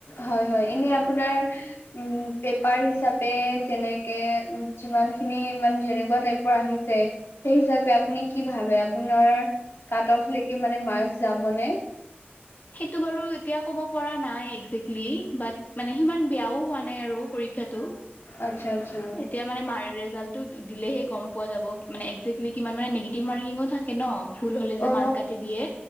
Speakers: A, on the left; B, on the left.
A: হয় হয়, এনে আপোনাৰ উম, পেপাৰ হিচাপে যেনেকে যিমানখিনি মানে যেনেকুৱা টাইপ আহিছে সেই হিচাপে আপুনি কি ভাবে আপোনাৰ কাট অফ লৈকে মানে মাৰ্ক যাবনে?
B: সেইটো বাৰু এতিয়া ক'ব পৰা নাই একজেক্টলি, বাট মানে সিমান বেয়াও হোৱা নাই আৰু পৰীক্ষাটো।
A: আচ্ছা আচ্ছা
B: তেতিয়া মানে মাৰ ৰেজাল্টো দিলহে গ'ম পোৱা যাব মানে এক্টজেকলি কিমান মানে, নিগটিভ মাৰ্কিঙো থাক তাকে ন' ভুল হ'লে যে
A: অ
B: মাৰ্ক কাটি দিয়ে